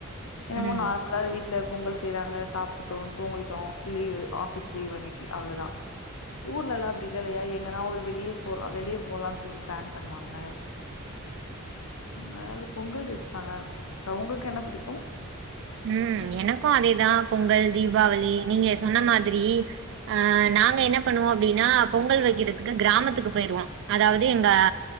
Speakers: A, on the left; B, on the right.
A: என்னமோ
B: ம்
A: நார்மலா வீட் ல பொங்கல் செய்றாங்க சாப்புட்டோ தூங்கிட்டோ லீவு ஆஃபிஸ் லீவ் அன்னிக்கி அவ்ளோதா ஊர்லலா அப்டி இல்லலயா எங்கனா ஒரு வெளிய போலா வெளிய போலான் சொல்லி பிளான் பண்ணுவாங்க அதுனால பொங்கல் டேஸ் நல்லாருக்கு சிஸ்டர் ஒங்களுக்கு என்ன புடிக்கு
B: ம் எனக்கு அதேதா பொங்கல் தீபாவளி நீங்க சொன்ன மாதிரி அ நாங்க என்ன பண்ணுவோ அப்டினா பொங்கல் வக்கிறதுக்கு கிராமத்துக்கு போயிறுவோ அதாவது எங்க